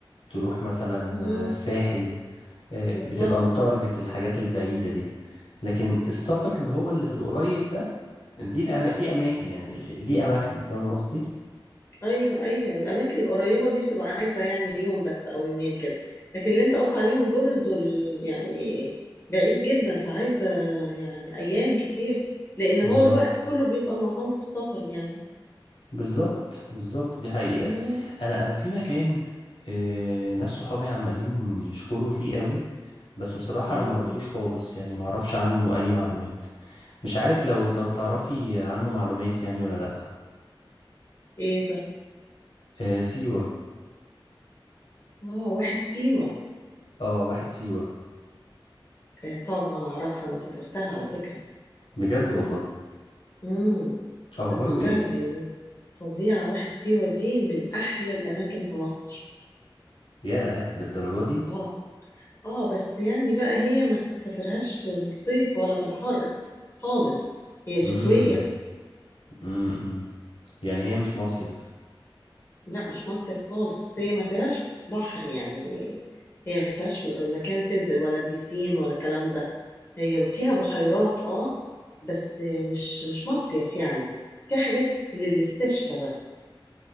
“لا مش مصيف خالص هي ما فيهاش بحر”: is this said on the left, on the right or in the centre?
Left